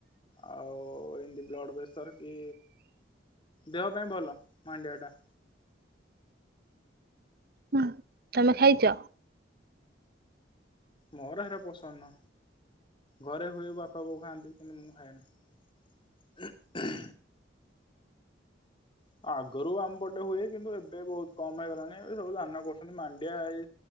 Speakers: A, on the left; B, on the right.
A: ଆଉ ଏ ବ୍ଲଡ ପ୍ରେସର କି? ଦେହ ପାଇଁ ଭଲ, ମାଣ୍ଡିଆ ଟା।
B: ହୁଁ ତମେ ଖାଇଚ?
A: ମୋର ହେରା ପସ ନାଁ, ଘରେ ହୁଏ ବାପା ବୋଉ ଖାଆନ୍ତି କିନ୍ତୁ ମୁଁ ଖାଏନି। <unintelligible> ଗରୁ ଆମ ପଟେ ହୁଏ କିନ୍ତୁ ଏବେ ବହୁତ କମ୍ ହେଇଗଲାଣି ଏବେ ସବୁ ଧାନ କରୁଛନ୍ତି। ମାଣ୍ଡିଆ ଏଇ